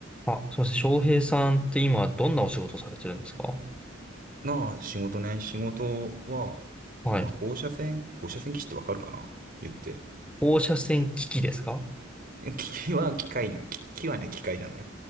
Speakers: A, in the centre; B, on the right.
A: あ、すしま翔平さんって今どんなお仕事されてるんですか
B: なあ、仕事ね。仕事は、
A: はい。
B: 今、放射線、放射線技師ってわかるかな言って。
A: 放射線機器ですか
B: <laughs> え機器は機械の、機器はね、機械なのよ。